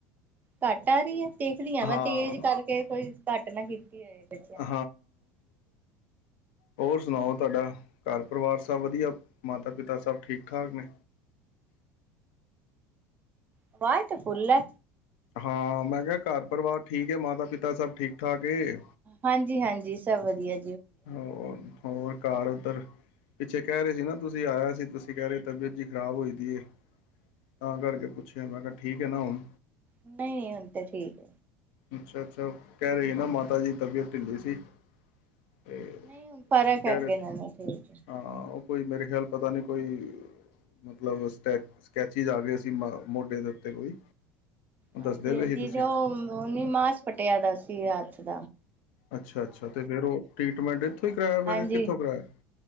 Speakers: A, on the right; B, on the left.
A: ਘੱਟ ਆ ਰਹੀ ਹੈ ਦੇਖਦੀ ਆਂ ਮੈਂ
B: ਹਾਂ
A: ਤੇਜ਼ ਕਰਕੇ ਕੋਈ ਘੱਟ ਨਾ <unintelligible>
B: <unintelligible>
A: ਬੱਚਿਆਂ ਨੇ।
B: ਹੋਰ ਸੁਣਾਓ ਤੁਹਾਡਾ ਘਰ ਪਰਿਵਾਰ ਸਭ ਵਧੀਆ ਮਾਤਾ ਪਿਤਾ ਸਭ ਠੀਕ ਠਾਕ ਨੇ
A: ਆਵਾਜ਼ ਤਾਂ ਫੁਲ ਹੈ
B: ਹਾਂ ਮੈਂ ਕਿਹਾ ਘਰ ਪਰਿਵਾਰ ਠੀਕ ਹੈ ਮਾਤਾ ਪਿਤਾ ਸਭ ਠੀਕ ਠਾਕ ਏ
A: ਹਾਂਜੀ ਹਾਂਜੀ ਸਭ ਵਦੀਆ
B: <unintelligible> ਹੋਰ ਘਰ ਉੱਧਰ ਪਿੱਛੇ ਕਹਿ ਰਹੇ ਸੀ ਨਾ ਤੁਸੀਂ ਆਇਆ ਸੀ ਤੁਸੀਂ ਕਹਿ ਰਹੇ ਤਬੀਅਤ ਜੀ ਖ਼ਰਾਬ ਹੋਈ ਦੀ ਏ ਤਾਂ ਕਰਕੇ ਪੁੱਛਿਆ ਮੈਂ ਕਿਹਾ ਠੀਕ ਹੈ ਨਾ ਹੁਣ
A: ਨਹੀਂ ਹੁਣ ਤੇ ਠੀਕ
B: ਅੱਛਾ ਅੱਛਾ ਕਹਿ ਰਹੇ ਸੀ ਨਾ ਮਾਤਾ ਦੀ ਤਬੀਅਤ ਢਿੱਲੀ ਸੀ ਤੇ
A: ਨਹੀਂ ਹੁਣ ਫ਼ਰਕ
B: ਤੁਸੀਂ ਕਹਿ
A: ਹੈ ਅੱਗੇ
B: ਰਹੇ ਸੀ
A: ਨਾਲੋਂ ਠੀਕ ਹੈ।
B: ਹਾਂ ਕੋਈ ਮੇਰੇ ਖਿਆਲ ਪਤਾ ਨਹੀਂ ਕੋਈ ਮਤਲਬ ਸਕੈ ਸਕ੍ਰਚੇਸ ਆ ਗਏ ਸੀਂ ਮੋਢੇ ਦੇ ਉੱਤੇ ਕੋਈ
A: ਹਾਂਜੀ
B: ਦੱਸਦੇ ਪਏ
A: ਹਾਂਜੀ
B: ਸੀ ਤੁਸੀਂ
A: ਤੇ <unintelligible> ਮਾਸ ਪਟਿਆ ਦਾ ਸੀ ਹਾਥ <inaudible>
B: ਅੱਛਾ ਅੱਛਾ ਤੇ ਫੇਰ ਉਹ ਟੀਟਮੈਂਟ ਇਥੋਂ ਹੀ ਕਰਾਇਆ ਫਿਰ
A: ਹਾਂਜੀ
B: ਕਿੱਥੋਂ ਕਰਾਇਆ